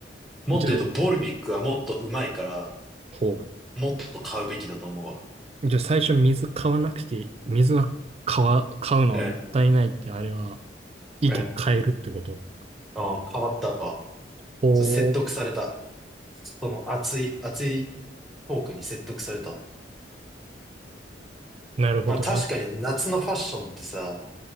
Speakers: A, in the centre; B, on the right.
A: もっと言うと、
B: じゃあ、
A: ボルビックはもっとうまいから、
B: ほ
A: もっと買うべきだと思うわ。
B: う。じゃあ最初水買わなくて、水は買わ、買うのはもったいないって、
A: うん、
B: あれは、意見変えるってこと
A: うん、うん変わったわ。
B: ほう。
A: そう説得された。その熱い、熱いトークに説得されたわ。
B: なるほどな。
A: まあ確かに夏のファッションってさ、